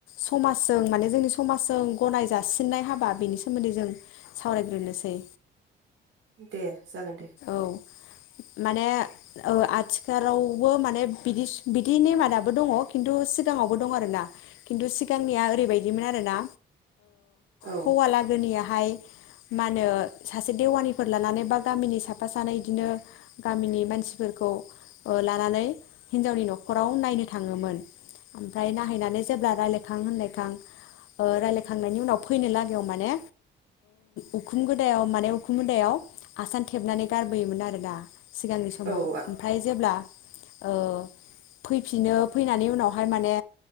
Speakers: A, on the left; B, on the right.
A: समाजजों माने जोंनि समाजजों गनाय जासिननाय हाबा बेनि सोमोन्दै जों सावरायग्रोनोसै
B: दे जागोन दे।
A: औ माने आथिखालावबो माने बिदि बिदि नेमादाबो दङ खिन्थु सिगाङावबो दङ आरोना खिन्थु सिगांनिया ओरैबायदिमोन आरो ना।
B: औ
A: हौवालागोनिया मा होन सासे देवानिफोर लानानै बा गामिनि स साफा सानै बिदिनो गामिनि मानसिफोरखौ लानानै हिनजावनि न'खराव नायनो थाङोमोन ओमफ्राय नायहैनानै जेब्ला रायलायखां होनलायखां ओ रायजलायखांनायनि उनाव फैनो लागायाव माने उखुम गोदायाव माने उखुम गोदायाव आसान खेबनानै गारबोयोमोन आरो ना। सिगांनि समाव
B: औ
A: ओमफ्राय जेब्ला ओ फैफिनो फैनानै उनावहाय माने